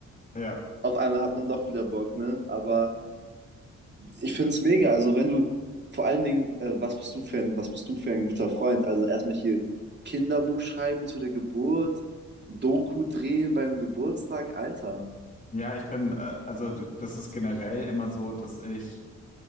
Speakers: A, on the left; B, on the right.
A: Ja.
B: auf einmal hat man doch wieder Bock, ne? Aber. ich finde es mega. Also wenn du, vor allen Dingen, äh, was bist du für ein, was bist du für ein guter Freund? Also erstmal hier Kinderbuch schreiben zu der Geburt, Doku drehen beim Geburtstag, Alter.
A: Ja, ich bin, äh, also d- das ist generell immer so, dass ich